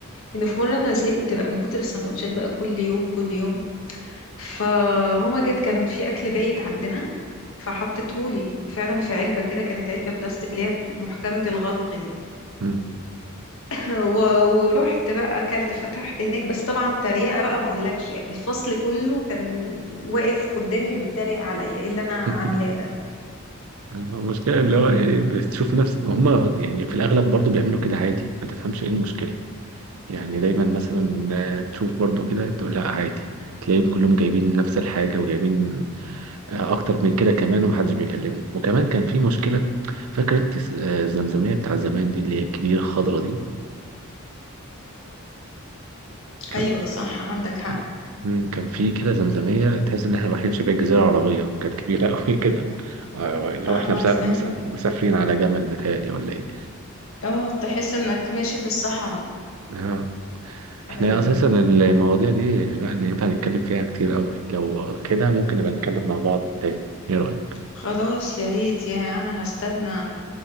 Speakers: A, on the left; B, on the right.
A: انه في مره انا زهقت بقى من كتر السندوتشات بقى كل يوم كل يوم فماما جت كان في اكل بايت عندنا فحطته لي فعلا في علبه كده كانت علبه بلاستيك اللي هي محكمه الغلق دي
B: مم.
A: <laughs> و- ورحت بقى اكلت فتحت هناك بس طبعا تريقه بقى ما اقولكش يعني الفصل كله كان واقف قدامي بيتريق عليا ايه اللي انا عاملاه
B: <laughs>
A: ده
B: المشكله اللي هو يعني بتشوف نفس هم يعني في الاغلب برضو بيعملوا كده عادي ما تفهمش ايه المشكله يعني دايما مثلا آه، تشوف برضو كده تقول لا عادي تلاقيهم كلهم جايبين نفس الحاجة وجايبين آه، أكتر من كده كمان ومحدش بيكلمهم وكمان كان في مشكلة فاكرة أنت س- آه، الزمزمية بتاع زمان دي اللي هي الكبيرة الخضرا دي كان
A: ايوه صح عندك حق
B: آه، مم، كان في كده زمزمية تحس إن إحنا رايحين شبه الجزيرة العربية كانت كبيرة <laughs> أوي كده آه، اللي
A: آه،
B: هو إحنا مسا-
A: عارفة
B: مسا- مسافرين على جمل بتهيألي ولا إيه
A: اه تحس انك ماشي في الصحراء
B: آه، احنا
A: ايوه
B: اساسا المواضيع دي لا ينفع نتكلم فيها كتير قوي لو كده ممكن نبقى نتكلم مع بعض تاني ايه رأيك
A: خلاص يا ريت يا انا هستنى